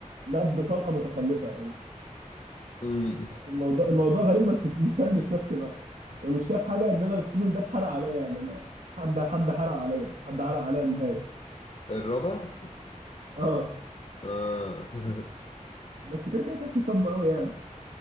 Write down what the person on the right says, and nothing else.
مات بطلقة متخلفة يعني
الموضوع الموضوع غريب بس <laughs> مسلي في نفس الوقت والمشكلة في حاجة إن أنا السيزون ده اتحرق عليا يعني أنا حد حد حرق عليا حد حرق عليا النهاية
أه
بس كده كده كانتش صدمة أوي يعني